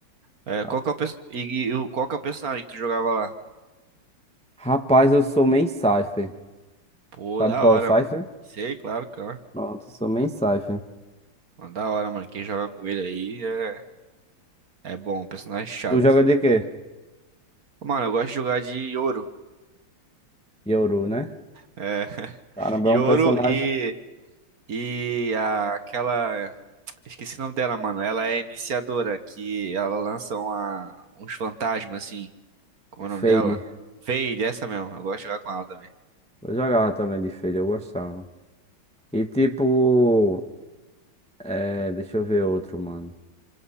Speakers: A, on the right (about 50°); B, in the centre.
A: É,
B: Ah,
A: qual que é o perso... e, e o- qual que é o personagem que tu jogava lá?
B: Rapaz, eu sou main Cypher.
A: Pô,
B: Sabe
A: da
B: qual
A: hora,
B: é o Cypher?
A: mano. Sei, claro, claro.
B: Pronto, eu sou main Cypher.
A: Mano, da hora, mano. Quem joga com ele aí é, é bom, um personagem chato.
B: Tu joga de quê?
A: Mano, eu gosto de jogar de Yoro.
B: Yoru, né?
A: É, <laughs>
B: Caramba,
A: Yoro
B: é um personagem
A: e, e a- aquela. Esqueci o nome dela, mano. Ela é iniciadora, que ela lança uma- uns fantasmas, assim. Como é
B: Fade.
A: o nome dela? Fade, essa mesmo. Eu gosto de jogar com ela também.
B: Eu jogava também de Fade, eu gostava. E tipo, é, deixa eu ver outro, mano.